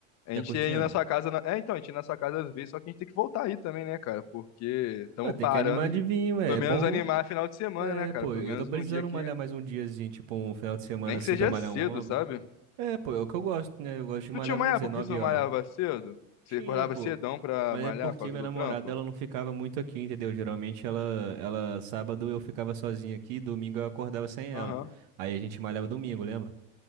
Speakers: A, on the left; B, on the right.
A: a
B: Tá
A: gente
B: curtindo?
A: ia ir na sua casa. na- É, então, a gente ia na sua casa às vezes, só que a gente tem que voltar aí também, né, cara? Porque estamos
B: Mano, tem
A: parando
B: que animar
A: de
B: de vinho ué.
A: pelo
B: É
A: menos
B: bom.
A: animar final de semana,
B: É,
A: né, cara?
B: pô,
A: Pelo
B: eu
A: menos
B: tô precisando
A: num dia que.
B: malhar mais um diazinho, tipo um final de semana
A: Nem
B: assim
A: que seja
B: pra malhar
A: cedo,
B: um ombro.
A: sabe?
B: É, pô, é o que eu gosto, né? Eu gosto de malhar,
A: Tu tinha uma
B: vamos
A: época
B: dizer, 9
A: que você não
B: horas.
A: malhava cedo? Você
B: Tinha,
A: acordava
B: pô.
A: cedão pra
B: Mas
A: malhar
B: é porque
A: por causa
B: minha
A: do
B: namorada,
A: trampo?
B: ela não ficava muito aqui, entendeu? Geralmente ela, ela, sábado eu ficava sozinho aqui, domingo eu acordava sem ela.
A: Aham.
B: Aí a gente malhava domingo, lembra?